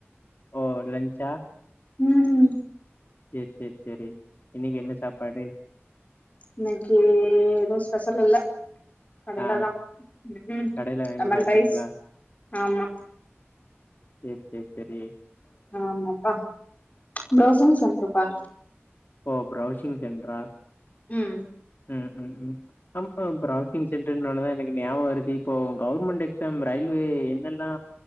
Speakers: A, on the left; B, on the left.
A: ஓ லன்ச்சா
B: ம்
A: சேரி சேரி சேரி இன்னக்கி என்ன சாப்பாடு
B: இன்னக்கி எதுவு ஸ்பெஷல் இல்ல கடேலதா
A: ஆ
B: ம் ம்
A: கடைல வாங்கி
B: லெமன்
A: சாப்ட்டீங்களா?
B: ரைஸ் ஆமா
A: சேர் சேர் செரி
B: ஆமாப்பா பிரவுசிங் சென்டர்ப்பா
A: ஓ பிரவுசிங் சென்ட்ரா
B: ம்
A: ம் ம் ம் ஆமா பிரவுசிங் சென்டர்ன்ன ஒன்னதா எனக்கு ஞாபகோ வருது இப்போ கவுர்மெண்ட் எக்ஸாம் ரயில்வே என்னெல்லா